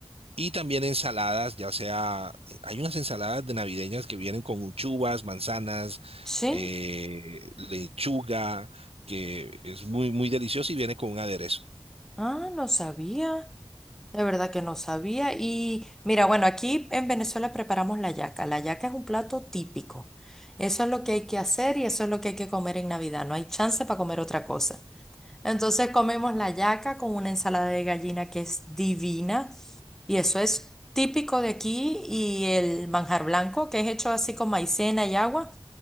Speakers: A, on the right; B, in the centre.
A: y también ensaladas, ya sea, eh, hay unas ensaladas de navideñas que vienen con uchubas, manzanas,
B: Sí.
A: eh, lechuga, que es muy, muy delicioso y viene con un aderezo.
B: Ah, no sabía. De verdad que no sabía. Y mira, bueno, aquí en Venezuela preparamos la yaca. La yaca es un plato típico. Eso es lo que hay que hacer y eso es lo que hay que comer en Navidad. No hay chance para comer otra cosa. Entonces comemos la yaca con una ensalada de gallina que es divina y eso es típico de aquí y el manjar blanco que es hecho así con maicena y agua